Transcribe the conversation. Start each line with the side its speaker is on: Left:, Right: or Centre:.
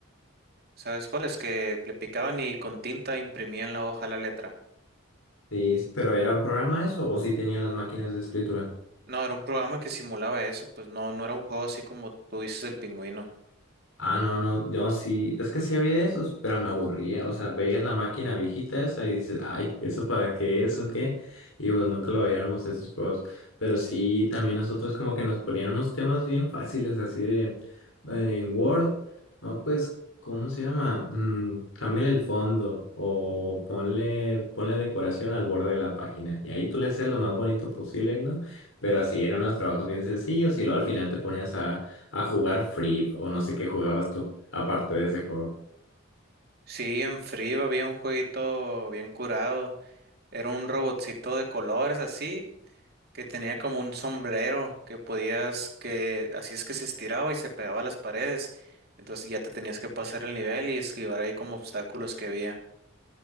Right: ¿Sabes cuál? Es que le picaban y con tinta imprimían la hoja la letra.
Left: Sí, pero ¿era un programa eso? ¿O sí tenían las máquinas de escritura?
Right: No, era un programa que simulaba eso, pues no, no era un juego así como tú dices el pingüino.
Left: Ah, no, no, yo sí, es que sí había de esos, pero me aburría, o sea, veías la máquina viejita esa y dices, ay, ¿eso para qué es o qué? Y pues nunca lo veíamos esos juegos, pero sí, también nosotros como que nos ponían unos temas bien fáciles, así de, eh, en Word, no, pues, ¿cómo se llama? Mm, cámbiale el fondo o ponle, ponle decoración al borde de la página y ahí tú le hacías lo más bonito posible, ¿no? Pero así eran unos trabajos bien sencillos y luego al final te ponías a a jugar Free o no sé qué jugabas tú, aparte de ese juego.
Right: Sí, en frío había un jueguito bien curado. Era un robotcito de colores así, que tenía como un sombrero que podías, que así es que se estiraba y se pegaba a las paredes. Entonces ya te tenías que pasar el nivel y esquivar ahí como obstáculos que había.